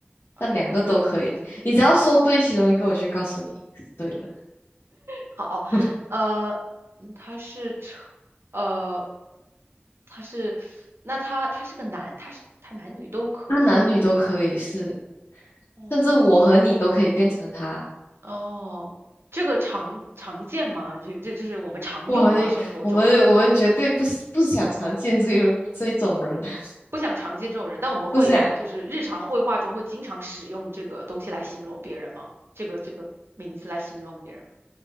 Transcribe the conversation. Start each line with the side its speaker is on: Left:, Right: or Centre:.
Right: 还有一个文静。
Left: 但两个都可以。你只要说对其中一个，我就告诉你是对的。
Right: 好，
Left: <laughs>
Right: 呃，嗯他是成呃，他是，那他他是个男，他是他男女都可以有，
Left: 他男女都可以是，
Right: 嗯，
Left: 甚至我和你都可以变成他。
Right: 是，哦，这个常常见吗？这这就是我们常用吗？
Left: 哇，诶我们我们绝对不是不想常见这个这一种人，
Right: 生活中
Left: <laughs>
Right: 不想常见这种人，但我们会就是日常会话中会经常使用这个东西来形容别人吗？
Left: 不想，
Right: 这个这个名字来形容别人，